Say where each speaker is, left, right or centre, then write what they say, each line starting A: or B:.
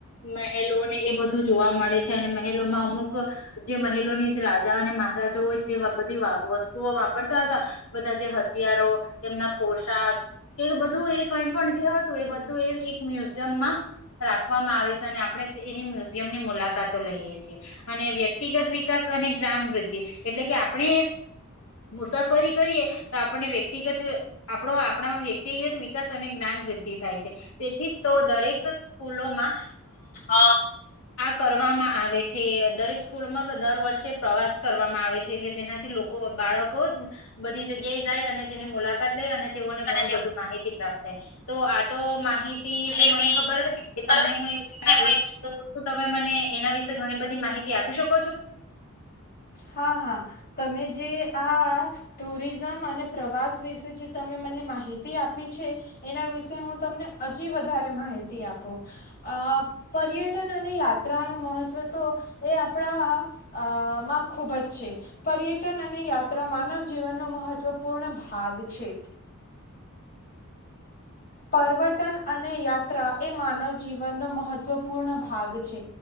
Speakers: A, on the left (about 75°); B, on the left (about 40°).
A: મહેલોને એ બધ જોવા મળે છે અને મહેલોમાં અમુક જે મહેલોની રાજા અને મહારાજા હોય જે બધી વસ્તુઓ વાપરતા હતા, બધા જે હ થિયારો, એમના પોશાક કે બધું એ કઈ પણ જે હતું એ બધું એ એક મ્યુઝિયમમાં રાખવામાં આવે છે અને આપણે એની મુ એમની મુલાકાતો લઈએ છીએ અને વ્યક્તિગત વિકાસ અને જ્ઞાનવૃદ્ધિ એટલે કે આપણે મુસાફરી કરીએ તો આપણે વ્યક્તિગત આપડો આપણા વ્યક્તિગત વિકાસ અને જ્ઞાન વૃદ્ધિ થાય છે. તેથી તો દરેક સ્કૂલોમાં
B: અ
A: અ કરો. કરવામાં આવે છે દરેક સ્કૂલમાં દર વર્ષે પ્રવાસ કરવામાં આવે છે કે જેનાથી લોકો બાળકો બધી જગ્યાએ જાય અને તેની મુલાકાત લઈ અને તેઓને ઘણું
B: તે
A: બધું માહિતી પ્રાપ્ત થાય. તો આ તો માહિતી
B: માહિતી
A: જે મને ખબર હતી કે
B: પરત
A: તમને હું એ જણાવી
B: અને હું
A: તો તો તમે મને એના વિશે ઘણી બધી માહિતી આપી શક
B: હા હા, તમે જે આ ટુરિઝમ મને પ્રવાસ વિશે જે તમે મને માહિતી આપી છે એના વિશે હું તમને હજી વ ધારે માહિતી આપુ અ પર્યટન અને યાત્રા નું મહત્ત્વ તો એ આપણા અ માં ખૂબ જ છે પર્યટન અને યાત્રા માનવ જીવનનો મહત્વપૂર્ણ ભાગ છે. પરવટન અને યાત્રા એ માનવ જીવનનો મહત્વપૂર્ણ ભાગ છે,